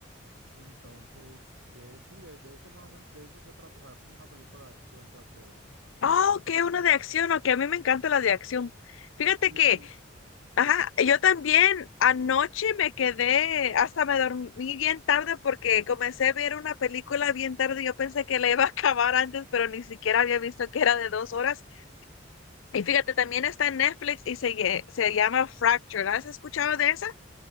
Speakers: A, on the right; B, on the left.
A: Entonces, de, sí, de, de eso más o menos, de eso se trata. O sea, es como una película de acción toda chévere.
B: Oh, que una de acción, ok, a mí me encanta la de acción. Fíjate
A: Sí,
B: que
A: sí,
B: Ajá, yo también anoche me quedé, hasta me dormí bien tarde porque comencé a ver una película bien tarde. Yo pensé que la iba a <laughs> acabar antes, pero ni siquiera había visto que era de dos horas. Y fíjate, también está en Netflix y se, lle- se llama Fracture. ¿Has escuchado de esa?